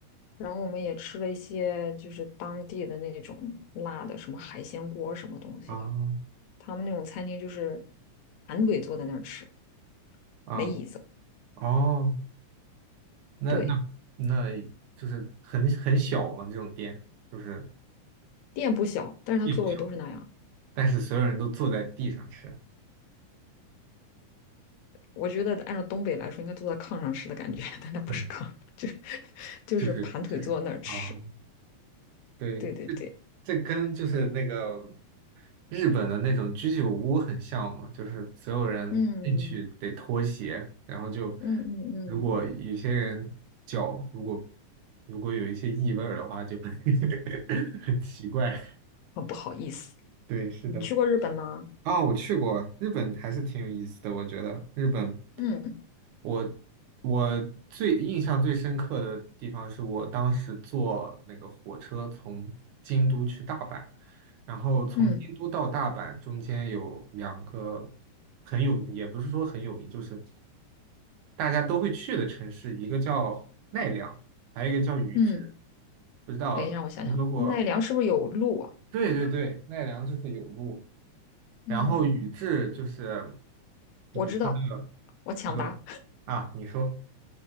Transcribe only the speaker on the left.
然后我们也吃了一些就是当地的那种辣的，什么海鲜锅什么东西的。
他们那种餐厅就是盘腿坐在那儿吃，
没椅子。
对，
店不小，但是它座位都是那样。
我觉得按照东北来说，应该坐在炕上吃的感觉，<laughs> 但那不是炕，
就是就是盘腿坐在那儿吃。
对对对，
嗯
嗯嗯嗯，
很不好意思。
你去过日本吗？
嗯
嗯
嗯，
等一下，我想想，奈良是不是有鹿啊？
嗯，
我知道，我抢答